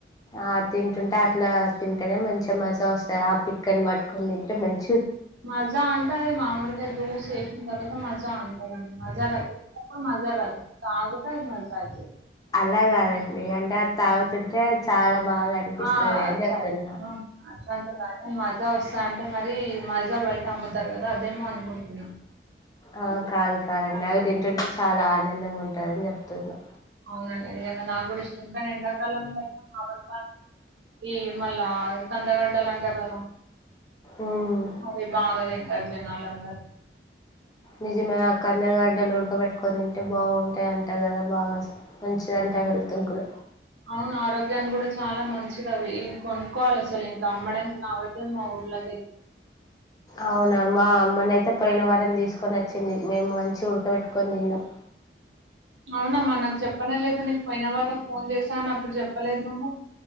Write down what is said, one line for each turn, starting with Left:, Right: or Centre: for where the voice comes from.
Left: ఆ తింటుంటే అట్లా తింటేనే మంచిగా మజ వస్తాయి ఆ పిక్కని పట్టుకొని తింటే మంచి
Right: మాజా అంటా అదే మామడుకాయ జ్యూస్ ఎ తర్వాత మజా అం ర మజా రాతుప్ప మజ రాదు తాగద మజా అయితే
Left: అలా కాదండి అంటే అది తాగుతుంటే చాలా బాగా అనిపిస్తది
Right: ఆ
Left: అని
Right: అచ్చ
Left: చెప్తున్నా
Right: అచ్చ అంటున్నారు నేను మజా వస్తా అంటే మరీ మజా బయట అమ్ముతారు కదా అదేమో <unintelligible>
Left: ఆ కాదు కాదండి అవి తింటుంటే చాల ఆనందంగా ఉంటుందని చెప్తున్నా
Right: అవునండి నిజంగా నా కూడా ఇస్ట్ కానీ కాలంలో అవర్ప ఈ మళ్ళా కందగడ్డలు అంటరు కదా
Left: ఉమ్
Right: అదే బాగ తింటారు జనాలందర ఆ
Left: నిజమే ఆ కంద గడ్డలు ఉడకబెట్టుకొని తింటే బాగుంటయంట కదా బాగా మంచిదింట హెల్త్క్ కూడా
Right: అవును ఆరోగ్యాన్ని కూడా చాలా మంచిదవి కొనుక్కోవాలి అసలు ఇంకా అమ్మడానికి రావట్లేదు మా <unintelligible>
Left: అవునా మా అమ్మనైతే పోయిన వారంన తీసుకొనొచ్చిందివచ్చింది మేము మంచి ఉడకబెట్టుకొని తిన్నాం
Right: అవున మా నాకు చెప్పనే లేదు నీకు పోయిన వారం ఫోన్ చేశాను ఇప్పుడు చెప్పలేదు నువ్వు